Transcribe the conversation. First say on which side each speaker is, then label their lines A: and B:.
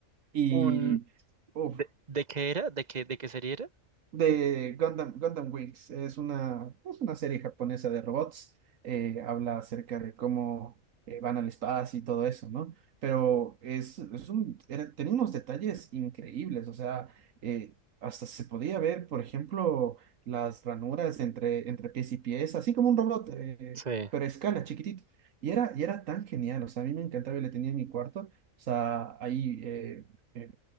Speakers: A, on the right; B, on the right.
A: Y.
B: Un,
A: Uf.
B: ¿de, de qué era? ¿De qué, de qué serie era?
A: De Gundam, Gundam Wings. Es una, es una serie japonesa de robots. eh, habla acerca de cómo eh, van al espacio y todo eso, ¿no? Pero es, es un, era- tenía unos detalles increíbles. O sea, eh, hasta se podía ver, por ejemplo, las ranuras entre, entre pies y pies, así como un robot, eh,
B: Sí.
A: pero a escala, chiquitito. Y era, y era tan genial. O sea, a mí me encantaba y le tenía en mi cuarto. O sea, ahí eh, eh,